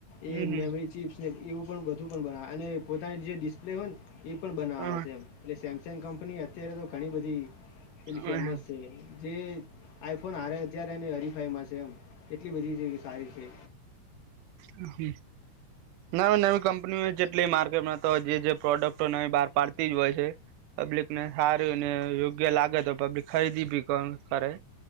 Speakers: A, on the left; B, on the right.
A: એ
B: હમ
A: મેમરી ચીપ એવું પણુ બના અને પોતાની જે ડિસ્પ્લે હોય ને એ પણ બનાવા
B: હમ
A: છે. એ સેમ કંપની અત્યારે તો ઘણી બધી ફ ફેમસ
B: હમ
A: છે. જે આઈફોન હારે અત્યારે એને હરીફાઈમાં છે એમ, એટલી બધી છે સારી છે.
B: હમ હ ના નવી કંપનીઓ જેટલી માર્કેટમાં તો જે જે પ્રોડક્ટો નવી બહાર પાડતી જ હોય છે. પબ્લિક ને સારી ને યોગ્ય લાગે તો પબ્લિક ખરીદી ભી કરે.